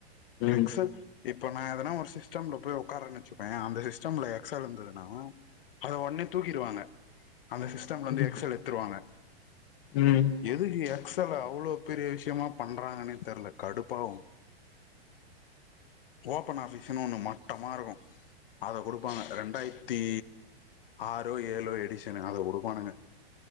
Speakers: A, on the left; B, on the left.
A: ம்
B: எக்ஸல் இப்ப நா எதனா ஒரு சிஸ்டம்ல போய் உக்காரன் வச்சிக்கோ அ அந்த சிஸ்டம்ல எக்ஸல் இருந்ததுன்னா அத ஒடனே தூக்கிடுவாங்க அந்த சிஸ்டம்லருந்து
A: ம்
B: எக்ஸல் எடுத்துருவாங்க
A: ம்
B: எதுக்கு எக்ஸல அவ்ளோ பெரிய விஷ்யமா பண்றாங்கன்னே தெரில கடுப்பாவு ஓப்பன் ஆஃபிஸ்ன்னு ஒன்னு மட்டமாருக்கு அத குடுப்பாங்க ரெண்டாயிரத்தி ஆறோ ஏழுோ எடிஷனு அத குடுப்பானுங்க